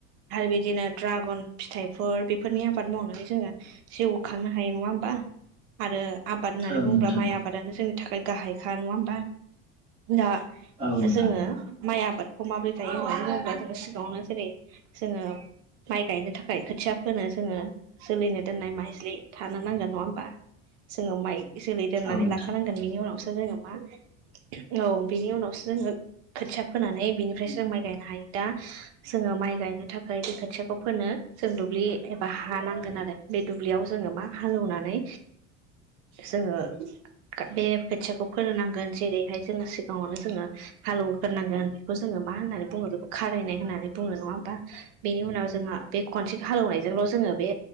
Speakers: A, on the right; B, on the right.
A: आरो बिदिनो द्रागन फिथाइफोर बेफोरनि आबाद मावनानै जोङो जिउ खांनो हायो नङा होमबा आरो आबाद होननानै
B: औ
A: बुङोब्ला
B: नोंथां
A: माइ आबाद <unintelligible> जोंनि थाखाय गाहायखा नङा होमबा दा
B: औ नोंथां
A: जोङो माइ आबादखौ माब्रै जायो मानो होनोब्ला जोङो सिगावनो जेरै जोङो माइ गायनो थाखाय खोथिया फोनो जोङो जोलैनो दोननाय माइजलि थानो नांगोन नङा होमबा जोङो माइ जोलै दोननानै
B: औ नोंथां
A: लाखानांगोन बिनि उनावसो जोङो मा औ बिनि उनावसो जोङो खोथिया फोनानै बिनिफ्रायसो जों माइ गायनो हायो दा जोङो माइ गायनो थाखाय बै खोथियाखौ फोनो जों दुब्लि एबा हा नांगोन आरो बे दुब्लियाव जोङो मा हालोवनानै जोङो बे खोथियाखौ फोनो नांगोन जेरैहाय जोङो सिगाङावनो जोङो हालौगोरनांगोन बेखौ जोङो मा होननानै बुङो बेखौ खारायनाय होननानै बुङो नङा होमबा बेनि उनाव जोंहा बे खनसे हालेवनायजोंल' जोङो बे